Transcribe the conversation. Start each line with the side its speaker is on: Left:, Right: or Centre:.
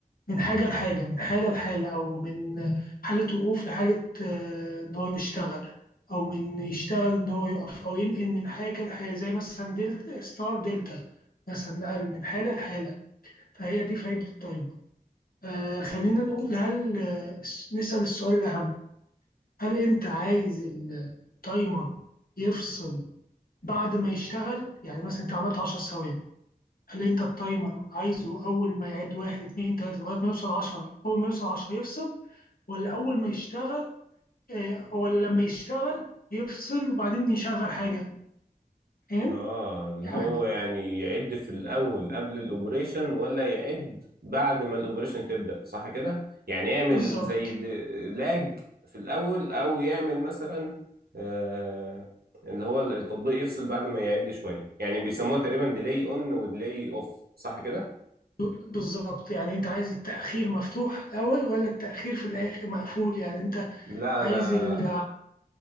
Left: من حاجه لحاجه من حاله لحاله او من حاله وقوف لحاله آه، ان هو يشتغل او من يشتغل ان هو يقف او ينقل من حاجه لحاجه زي مثلا دلتا ستار دلتا مثلا نقل من حاله لحاله فهي دي فايده التايمر آه خلينا نقول هل آه، نسأل السؤال الأهم هل أنت عايز التايمر يفصل بعد ما يشتغل يعني مثلا أنت عملت 10 ثواني قال لي انت التايمر عايزه اول ما يعد واحد اتنين تلاته لغايه ما يوصل 10 اول ما يوصل 10 يفصل ولا اول ما يشتغل آه، ولا لما يشتغل يفصل وبعدين يشغل حاجه فاهم
Right: اه اللي
Left: يعني
Right: هو يعني يعد في الاول قبل الاوبريشن ولا يعد بعد ما الاوبريشن تبدا صح كده يعني يعمل
Left: بالظبط
Right: زي د- لاج في الاول او يعمل مثلا آه اللي هو التطبيق يفصل بعد ما يعد شويه يعني بيسموها تقريبا ديلي اون وديلي اوف صح كده
Left: بالظبط يعني انت عايز التاخير مفتوح الاول ولا التاخير في الاخر مقفول يعني انت
Right: لا
Left: عايز
Right: انا
Left: ال